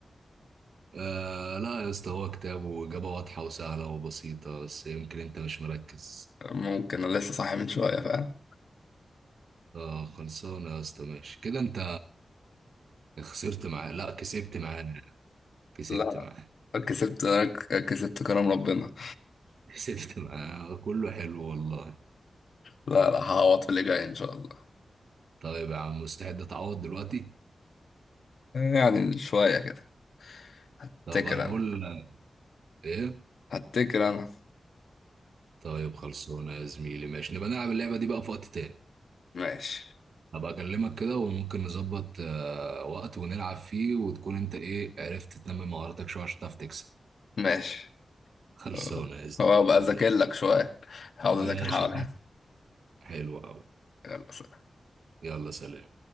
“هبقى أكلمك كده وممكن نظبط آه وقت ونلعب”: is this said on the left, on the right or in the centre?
Right